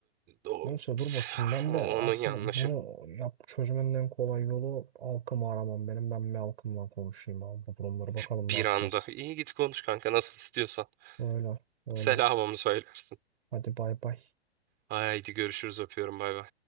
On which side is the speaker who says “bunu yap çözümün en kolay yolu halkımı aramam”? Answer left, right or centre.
Right